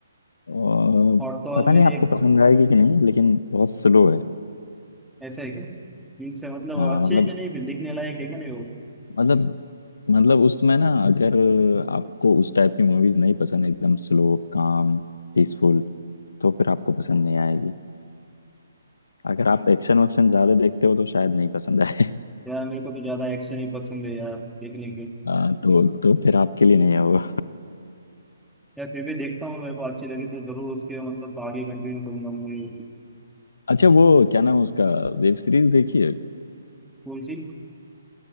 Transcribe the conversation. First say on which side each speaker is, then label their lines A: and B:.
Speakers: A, on the left; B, in the centre.
A: और
B: और तो और
A: पता
B: मैंने
A: नहीं आपको
B: एक
A: पसंद आएगी कि नहीं लेकिन बहुत स्लो है
B: ऐसा है क्या मीन्स मतलब
A: हाँ
B: अच्छे
A: मतलब
B: है कि नहीं फिर देखने लायक है कि नहीं वो
A: मतलब मतलब उसमें ना अगर आपको उस टाइप की मूवीज नहीं पसंद एकदम स्लो काम पीसफुल तो फिर आपको पसंद नहीं आएगी अगर आप एक्शन वक्शन ज्यादा देखते हो तो शायद नहीं पसंद आए
B: यार मेरे को तो ज्यादा एक्शन ही पसंद है यार देखने
A: <laughs>
B: के
A: आ, तो तो फिर आपके लिए नहीं है वो
B: यार फिर भी देखता हूँ मेरे को अच्छी लगी तो जरूर उसके मतलब आगे कंटिन्यू करूंगा मूवी
A: अच्छा वो क्या नाम है उसका वेब सीरीज देखिए
B: कौन सी